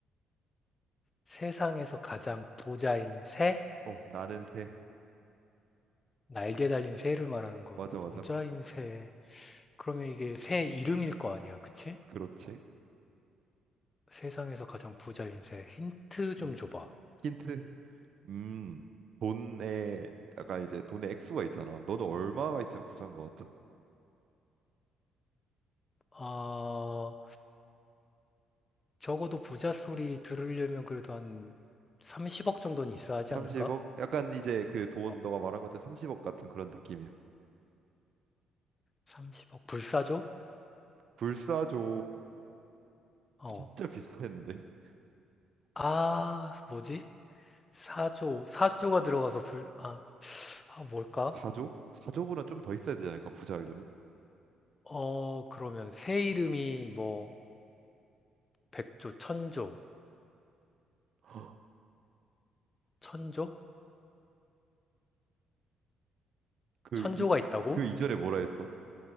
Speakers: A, on the left; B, on the right.
A: 세상에서 가장 부자인 새?
B: 어, 나는 새.
A: 날개 달린 새를 말하는 거.
B: 맞아, 맞아.
A: 부자인 새. 그러면 이게 새 이름일 거 아니야, 그치?
B: 그렇지.
A: 세상에서 가장 부자인 새. 힌트 좀
B: 음.
A: 줘봐.
B: 힌트. 음, 돈에 약간 이제 돈의 액수가 있잖아. 너는 얼마가 있으면 부자인 것 같아?
A: 아, 적어도 부자 소리 들으려면 그래도 한 30억 정도는 있어야 하지
B: 30억?
A: 않을까?
B: 약간 이제 그 돈
A: 어,
B: 너가 말한 것처럼 30억 같은 그런 느낌이야.
A: 30억. 불사조?
B: 불사조
A: 어.
B: 진짜 비슷했는데 <laughs>
A: 아, 뭐지? 사조, 사조가 들어가서 불, 아, 아, 뭘까?
B: 4조? 4조보다 좀 더 있어야 되지 않을까 부자 하려면?
A: 어, 그러면 새 이름이 뭐, 백조, 천조,
B: <gasps>
A: 천조?
B: 그
A: 천조가
B: 이
A: 있다고?
B: 그 이전에 뭐라 했어?